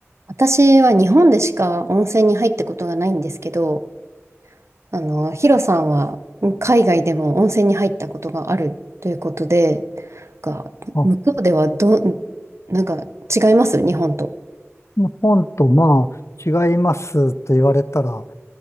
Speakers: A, on the right (about 65°); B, on the left (about 65°).
A: 私は日本でしか温泉に入ったことがないんですけど、あの、ヒロさんは海外でも温泉に入ったことがあるということで、が、
B: あ、
A: 向こうではどん、なんか違います日本と。
B: 日本とまあ違いますと言われたら、